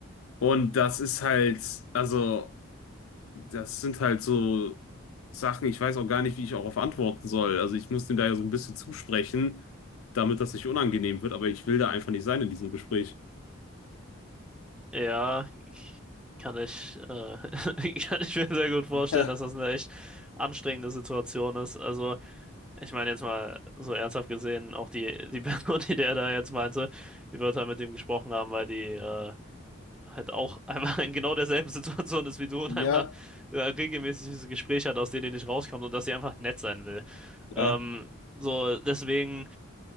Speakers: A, on the left; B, in the centre.
A: Und das ist halt, also, das sind halt so Sachen, ich weiß auch gar nicht, wie ich darauf antworten soll. Also ich muss dem da ja so ein bisschen zusprechen, damit das nicht unangenehm wird, aber ich will da einfach nicht sein in diesem Gespräch.
B: Ja, ich- kann ich, äh, <laughs> kann ich mir sehr gut vorstellen,
A: Ja,
B: dass das eine echt anstrengende Situation ist. Also, ich meine jetzt mal so ernsthaft gesehen, auch die, die <laughs> Person, die der da jetzt meinte, die wird halt mit dem gesprochen haben, weil die äh, halt auch <laughs> einmal in genau derselben Situation ist wie du und
A: ja,
B: einmal äh, regelmäßig diese Gespräche hat, aus denen die nicht rauskommt und dass sie einfach nett sein will.
A: ja,
B: Ähm, so, deswegen,